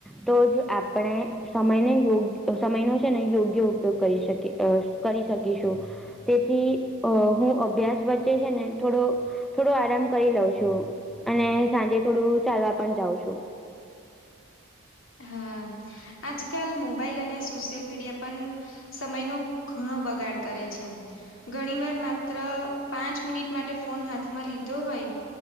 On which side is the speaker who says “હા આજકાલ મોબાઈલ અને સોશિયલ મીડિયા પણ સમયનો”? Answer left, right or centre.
Left